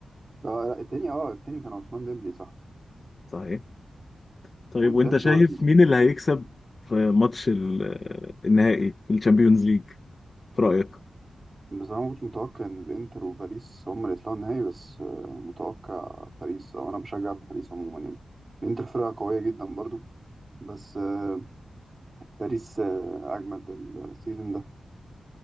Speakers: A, on the right (about 30°); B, on the left (about 30°).
A: لا التاني اه التاني كان عثمان ديمبلي صح
B: صحيح طيب
A: والتالت
B: وانت شايف
A: هو رافينيا
B: مين اللي هيكسب في ماتش ال- النهائي في الشامبيونز ليج في رأيك
A: بصراحة ما كنتش متوقع إن الإنتر وباريس هما اللي يطلعوا النهائي بس آه، متوقع باريس أو أنا بشجع باريس عموما يعني الإنتر فرقة قوية جدا برضو بس آه، باريس آه، أجمد السيزون ده